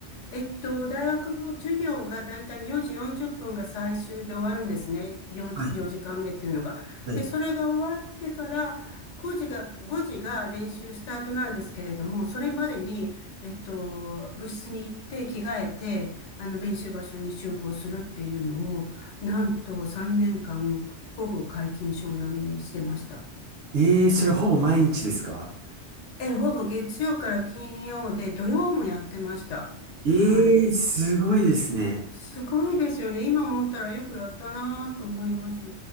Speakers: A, on the left; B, on the right.
A: えっと、大学の授業がだいたい4時40分が最終で終わるんですね。4、
B: はい。
A: 4時間目っていうのが。
B: はい。
A: で、それが終わってから、9時が、5時が練習スタートなんですけれども、それまでに、えっと、部室に行って着替えて、あの、練習場所に集合するっていうのを、なんと3年間、ほぼ皆勤賞並みにしてました。
B: えー、それほぼ毎日ですか
A: え、ほぼ月曜から金曜で、土曜もやってました。
B: えー、
A: はい。
B: すごいですね。
A: すごいですよね。今思ったらよくやったなと思います。